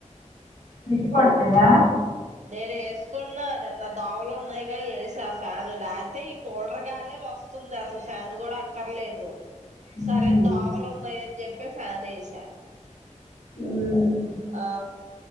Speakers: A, on the left; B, on the right.
A: మీకు ప లేదా
B: నేను వేసుకున్నా నిన్న దోమలు ఉన్నాయిగా వేస ఆ ఫ్యాన్ లేకతే ఈ కూలర్ గాలే వస్తుంది అసలు ఫ్యాన్ కూడా అక్కర్లేదు
A: ఉమ్.
B: సరే దావలు ఉన్నాయని చెప్పి ఫ్యాన్ ఎస
A: ఉమ్.
B: ఆ